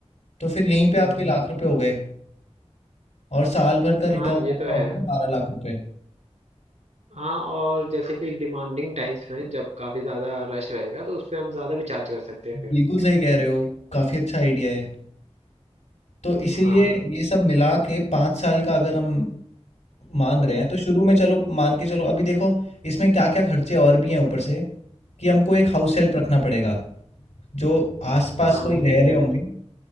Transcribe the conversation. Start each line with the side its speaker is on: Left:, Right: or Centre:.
Left: तो फिर यहीं पे
Right: हम्म
Left: आपके लाख रुपए हो गए और साल भर का
Right: हाँ
Left: रिटर्न
Right: ये
Left: आपका
Right: तो है
Left: होगा बारह लाख रुपए
Right: हाँ और जैसे कि डिमांडिंग टाइम्स में जब काफी ज्यादा रश रहेगा तो उस पे हम ज्यादा भी चार्ज कर सकते हैं फिर
Left: बिल्कुल सही कह रहे हो काफ़ी अच्छा आइडिया है तो इसीलिए
Right: हाँ
Left: ये सब मिला के पाँच साल का अगर हम मान रहे हैं तो शुरू में चलो मान के चलो अभी देखो इसमें क्या क्या खर्चे और भी हैं ऊपर से कि हमको एक हाउस हेल्प रखना पड़ेगा जो आसपास
Right: हाँ
Left: कोई
Right: ये
Left: रह रहे
Right: तो है
Left: होंगे